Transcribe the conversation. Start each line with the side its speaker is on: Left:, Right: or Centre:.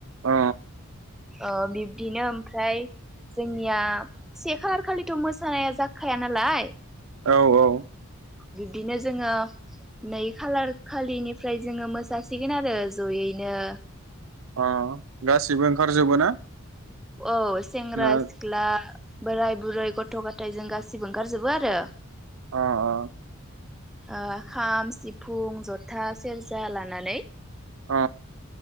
Right: अ।
Centre: ओ बिब्दिनो ओमफ्राय जोंनिया से खालार खालिथ' मोसानाया जाख खाया नालाय
Right: औ औ।
Centre: बिब्दिनो जोङो नै खालार खालिनिफ्राय जोङो मोसासिगोन आरो जयैनो।
Right: अ गासिबो ओंखारजोबो ना?
Centre: अ। सेंग्रा
Right: ना
Centre: सिख्ला बोराय बुरै गथ' गथायजों गासै गासिबो ओंखारजोबो आरो
Right: अ अ
Centre: ओ खाम सिफुं जथा सेरजा लानानै
Right: अ